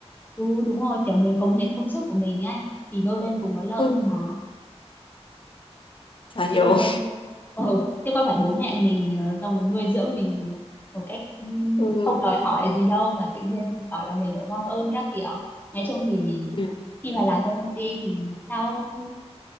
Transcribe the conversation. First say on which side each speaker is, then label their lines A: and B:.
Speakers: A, on the left (about 15°); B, on the left (about 50°).
A: ừ đúng rồi kiểu mình cống hiến công sức của mình ấy thì đôi bên cùng có lợi
B: Ừ.
A: thôi mà
B: Chả hiểu
A: chứ ờ, ừ, chứ có phải bố mẹ mình ờ, xong rồi nuôi dưỡng mình một cách ừm,
B: Ừ.
A: không đòi hỏi gì đâu mà tự nhiên bảo là mình phải mang ơn các kiểu nói chung thì
B: Ừ.
A: khi mà làm cho công ty thì tao